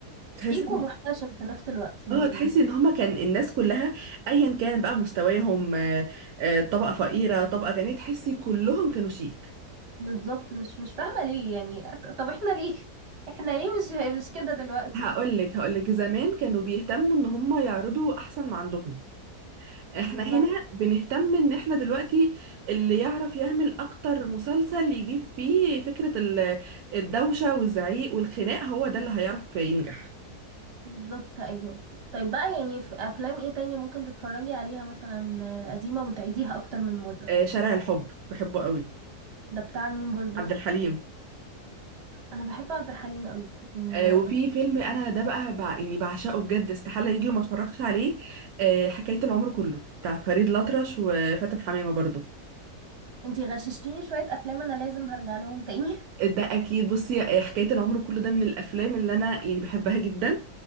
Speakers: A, on the right (about 45°); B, on the right (about 75°).
A: سيكو
B: تحس إن-
A: محتشم في نفس الوقت يعني
B: اه تحس ان هما كان الناس كلها ايا كان بقى مستواهم آه آه طبقة فقيرة طبقة غنية تحسي كلهم كانوا شيك
A: بالظبط مش مش فاهمة ليه يعني ط- طب احنا ليه <laughs> احنا ليه مش مش كده دلوقتي
B: هقولك هقولك زمان كانوا بيهتموا ان هما يعرضوا احسن ما عندهم
A: بالظبط
B: احنا هنا بنهتم ان احنا دلوقتي اللي يعرف يعمل اكتر مسلسل يجيب فيه فكرة ال- الدوشة والزعيق والخناق هو ده اللي هيعرف ينجح
A: بالظبط ايوه طيب بقى يعني في افلام ايه تاني ممكن تتفرجي عليها مثلا آه، قديمة وتعيديها اكتر من مرة
B: آه، شارع الحب بحبه قوي
A: ده بتاع مين برضو
B: عبد الحليم
A: انا بحب عبد الحليم قوي يعني ما-
B: آه، وفي فيلم انا ده بقى بع... يعني بعشقه بجد استحالة يجي وما اتفرجش عليه آه، حكاية العمر كله بتاع فريد الأطرش وفاتن حمامة برضو
A: انتي غششتيني شوية افلام انا لازم هرجع لهم تاني <laughs>
B: ده اكيد بصي حكايه العمر كله ده من الافلام اللي انا يعني بحبها جدا